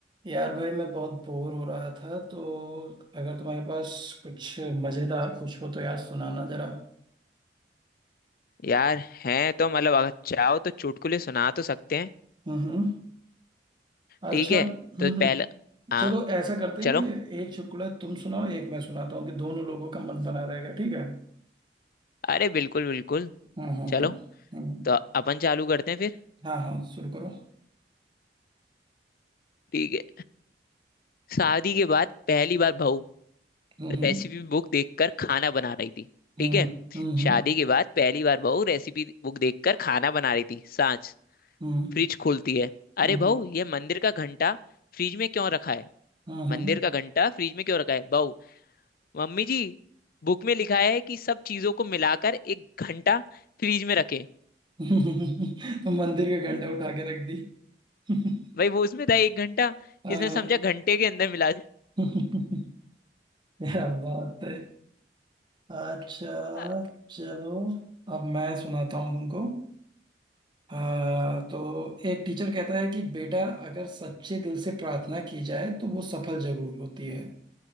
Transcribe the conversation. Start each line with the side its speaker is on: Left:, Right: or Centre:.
Right: यार भाई मैं बहुत बोर हो रहा था तो अगर तुम्हारे पास कुछ मजेदार कुछ हो तो यार सुनाना जरा
Left: यार हैं तो मतलब अगर चाहो तो चुटकुले सुना तो सकते हैं
Right: हम्म हम्म अच्छा
Left: ठीक है
Right: हम्म
Left: तो
Right: हम्म
Left: पहले हाँ
Right: चलो ऐसा करते हैं
Left: चलो
Right: कि एक चुटकुला तुम सुनाओ एक मैं सुनाता हूँ कि दोनों लोगों का मन बना रहेगा ठीक है
Left: अरे बिल्कुल बिल्कुल
Right: हम्म हम्म
Left: चलो
Right: हम्म हम्म,
Left: तो अपन चालू करते हैं फिर
Right: हाँ हाँ शुरू करो
Left: ठीक है शादी के बाद पहली बार बहू
Right: हम्म
Left: रेसिपी बुक देखकर खाना बना रही थी
Right: हम्म
Left: ठीक है
Right: हम्म
Left: शादी के बाद पहली बार बहू रेसिपी बुक देखकर खाना बना रही थी सांच
Right: हम्म हम्म
Left: फ्रिज खोलती है अरे
Right: हम्म
Left: बहू ये मंदिर का घंटा फ्रिज में क्यों रखा है
Right: हम्म,
Left: मंदिर
Right: हम्म।
Left: का घंटा फ्रिज में क्यों रखा है बहू मम्मी जी बुक में लिखा है कि सब चीजों को मिलाकर एक घंटा फ्रीज में रखें
Right: हम्म, <laughs> तो मंदिर का घंटा उठा के रख दी <laughs>
Left: भाई वो उसमें था एक घंटा
Right: हाँ।
Left: इसने समझा घंटे के अंदर मिला दे
Right: क्या बात अच्छा
Left: अ-
Right: चलो अब मैं सुनाता हूँ तुमको आ, तो एक टीचर कहता है कि बेटा अगर सच्चे दिल से प्रार्थना की जाए तो वो सफल जरूर होती है